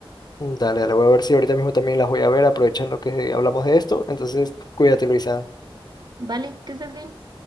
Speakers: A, on the left; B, on the right.
A: Mm, Dale, dale, voy a ver si ahorita mismo también las voy a ver, aprovechando que hablamos de esto. Entonces, cuídate, Luisa.
B: Vale, que estés bien.